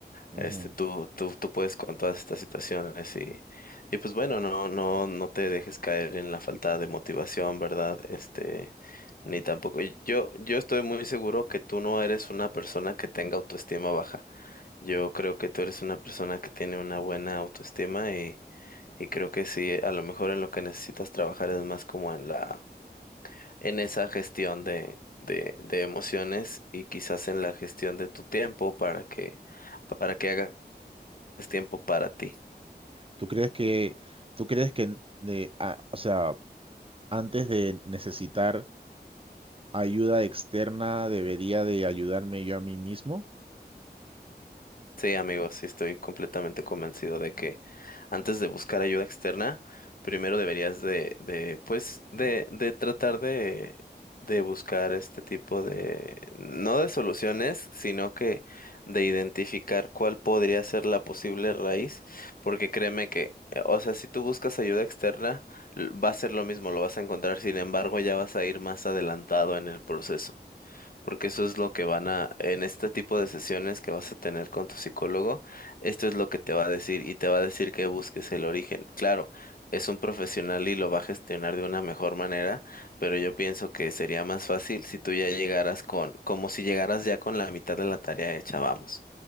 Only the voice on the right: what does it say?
ujú.
¿Tú crees que, tú crees que de, a- o sea, antes de necesitar ayuda externa, debería de ayudarme yo a mí mismo?